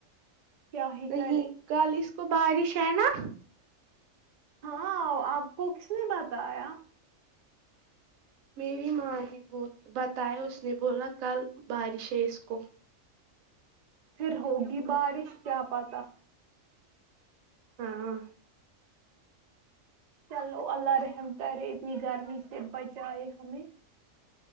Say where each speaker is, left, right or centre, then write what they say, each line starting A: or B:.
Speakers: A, on the right; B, on the right.
A: کیا ہی
B: نہیں
A: کرے
B: کل اس کو بارش ہے نا
A: ہاں آپ کو کس نے بتایا
B: میری ماں بھی بتائے اس نے بولا کل بارش ہے اس کو
A: پھر ہوگی بارش کیا پتہ
B: ہاں
A: چلو اللہ رحم کرے اتنی گرمی سے بچائے ہمیں